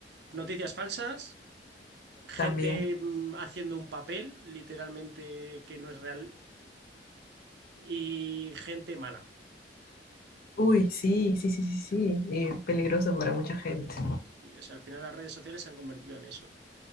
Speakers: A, on the right; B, on the left.
A: noticias falsas, gente
B: también.
A: mm, haciendo un papel literalmente que no es real y gente mala.
B: Uy, sí, sí, sí, sí, sí, y peligroso para mucha gente.
A: Y, O sea, al final las redes sociales se han convertido en eso.